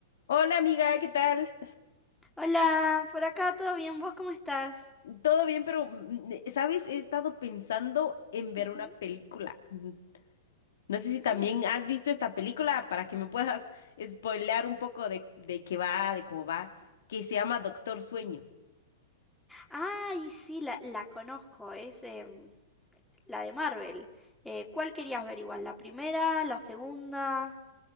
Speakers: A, on the left (about 75°); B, in the centre.
A: Hola amiga, ¿qué tal?
B: Hola, por acá todo bien, ¿vos cómo estás?
A: Todo bien, pero mm, eh, ¿sabes? He estado pensando en ver
B: Ujú,
A: una película. Mm, No sé si también
B: mm.
A: has visto esta película para que me puedas <laughs> spoilear un poco de, de qué va, de cómo va, que se llama Doctor Sueño.
B: Ay, sí, la, la conozco, es em, la de Marvel. Eh, ¿cuál querías ver igual? ¿La primera? ¿La segunda?